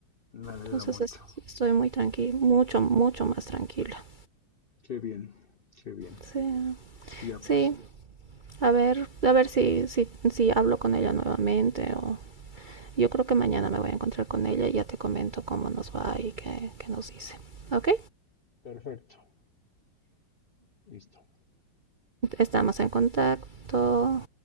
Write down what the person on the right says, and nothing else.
Entonces
es- estoy muy tranquila, mucho, mucho más tranquila.
Sí,
sí, a ver, a ver si, si, si hablo con ella nuevamente o yo creo que mañana me voy a encontrar con ella y ya te comento cómo nos va y qué, qué nos dice. ¿Ok?
Estamos en contacto.